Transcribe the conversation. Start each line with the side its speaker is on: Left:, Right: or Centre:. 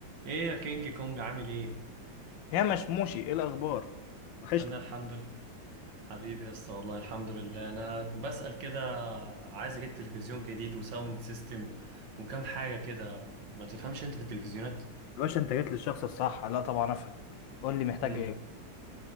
Right: ايه يا كينج كونج عامل ايه
Left: يا مشموشي ايه الاخبار وحشني
Right: انا الحمد لله حبيبي يا اسطى والله الحمد لله انا بسأل كده عايز اجيب تلفزيون جديد وساوند سيستم وكم حاجة كده ما تفهمش انت في التلفزيونات
Left: يا باشا انت جيت للشخص الصح لا طبعا افهم قول لي محتاج
Right: امم
Left: ايه